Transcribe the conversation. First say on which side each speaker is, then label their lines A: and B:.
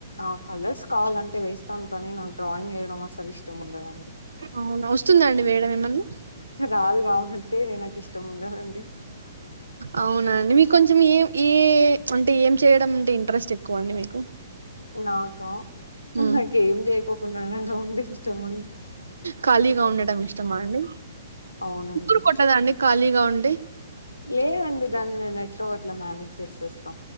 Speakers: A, on the left; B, on the right.
A: ఆ కలర్స్ కావాలంటే వేస్తాను కానీ నాకు డ్రాయింగ్ వేయడం అసలు ఇష్టం ఉండదండి
B: అవునా వస్తుందా అండి వేయడం ఏమన్నా
A: రాదు కాబట్టే నాకు ఇష్టం ఉండదండి
B: అవునా అండి మీకు కొంచెం ఏం ఏ అంటే ఏం చేయడం అంటే ఇంట్రెస్ట్ ఎక్కువ అండి మీకు
A: నాకా
B: హ్మ్.
A: నాకేం జేయకోకుండానే అలా ఉండడం ఇష్టం అండి
B: ఖాళీగా ఉండటం ఇష్టమా అండి
A: అవునండి
B: బోర్ కొట్టదా అండి ఖాళీగా ఉండి
A: లేదండి దాన్ని నేను ఎట్లో ఒగట్లా మేనేజ్ చేసేస్తా